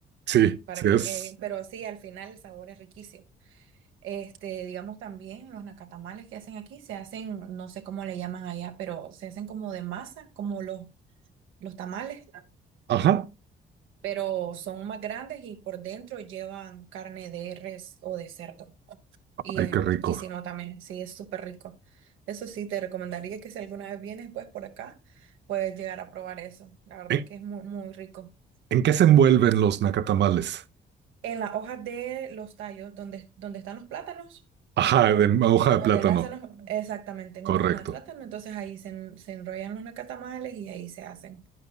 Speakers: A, on the right; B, on the right.
A: Sí,
B: para
A: sí
B: que
A: es.
B: quede bien. Pero sí, al final el sabor es riquísimo. Este, digamos también los nacatamales que hacen aquí se hacen, no sé cómo le llaman allá, pero se hacen como de masa, como los, los tamales,
A: Ajá.
B: pero son más grandes y por dentro llevan carne de res o de cerdo. Y
A: Ay,
B: es
A: qué rico.
B: riquísimo también, sí, es súper rico. Eso sí, te recomendaría que si alguna vez vienes pues por acá, puedes llegar a probar eso. La verdad
A: ¿En,
B: es que es muy, muy rico.
A: en qué se envuelven los nacatamales?
B: En las hojas de los tallos, donde, donde están los plátanos.
A: Ajá, en hoja de
B: Donde
A: plátano.
B: nacen los, exactamente, en
A: Correcto.
B: una hoja de plátano, entonces ahí se, en- se enrollan los nacatamales y ahí se hacen,